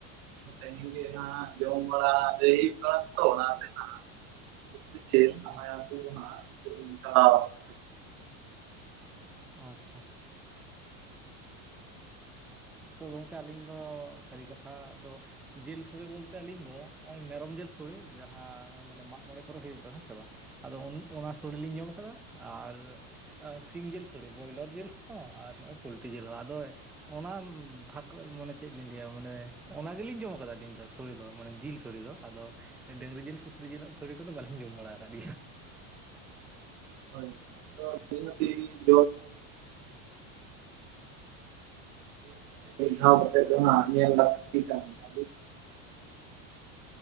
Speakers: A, on the right; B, in the centre.
A: ᱛᱮᱦᱮᱧ ᱜᱮ ᱦᱟᱸᱜ ᱡᱚᱢ ᱵᱟᱲᱟ ᱞᱟᱹᱭ ᱦᱩᱭᱩᱜ ᱠᱟᱱᱟ ᱛᱚ ᱚᱱᱟ ᱛᱮ ᱱᱟᱦᱜ <inaudible>
B: ᱦᱩᱸ ᱟᱪᱪᱷᱟ ᱛᱚ ᱜᱚᱝᱠᱮ ᱟᱹᱞᱤᱧ ᱫᱚ ᱥᱟᱹᱨᱤ ᱠᱟᱛᱷᱟ ᱫᱚ ᱡᱤᱞ ᱥᱚᱲᱮ ᱵᱚᱞᱛᱮ ᱟᱹᱞᱤᱧ ᱫᱚ ᱱᱚᱜ-ᱚᱭ ᱢᱮᱨᱚᱢ ᱡᱤᱞ ᱥᱳᱲᱮᱹ ᱡᱟᱦᱟᱸ ᱢᱟᱱᱮ ᱢᱟᱸᱜ ᱢᱚᱬᱮ ᱠᱚᱨᱮ ᱦᱩᱭᱩᱜ ᱫᱚ ᱦᱮᱸ ᱥᱮ ᱵᱟ ᱟᱫᱚ ᱩᱱ ᱚᱱᱟ ᱥᱳᱲᱮᱹ ᱞᱤᱧ ᱡᱚᱢ ᱠᱟᱫᱟ ᱟᱨ ᱮ ᱥᱤᱢ ᱡᱮᱞ ᱥᱳᱲᱮᱹ ᱵᱚᱭᱞᱚᱨ ᱡᱤᱞ ᱦᱚᱸ ᱟᱨ ᱱᱚᱜ-ᱚᱭ ᱯᱳᱞᱴᱤ ᱡᱤᱞ ᱦᱚᱸ ᱟᱫᱚ ᱚᱱᱟᱱ ᱵᱷᱟᱠᱚ ᱢᱟᱱᱮ ᱪᱮᱫ ᱞᱤᱧ ᱞᱟᱹᱭᱟ ᱢᱟᱱᱮ ᱚᱱᱟ ᱜᱮᱞᱤᱧ ᱡᱚᱢ ᱠᱟᱫᱟ ᱟᱹᱞᱤᱧ ᱫᱚ ᱥᱳᱲᱮᱹ ᱫᱚ ᱢᱟᱱᱮ ᱡᱤᱞ ᱥᱳᱲᱮᱹ ᱫᱚ ᱟᱫᱚ ᱰᱟᱹᱝᱨᱤ ᱡᱤᱞ ᱥᱩᱠᱨᱤ ᱡᱤᱞᱟᱜ ᱥᱳᱲᱮ ᱠᱚᱫᱚ ᱵᱟᱞᱤᱧ ᱡᱚᱢ ᱵᱟᱲᱟᱣ ᱟᱠᱟᱫ ᱜᱮᱭᱟ
A: <inaudible> ᱴᱮᱥᱴ ᱠᱟᱛᱮ ᱢᱤᱫ ᱫᱷᱟᱣ ᱠᱟᱛᱮ ᱫᱚ ᱦᱟᱸᱜ ᱧᱮᱞ ᱞᱟᱠ ᱛᱤ ᱠᱟᱱ ᱜᱮᱭᱟ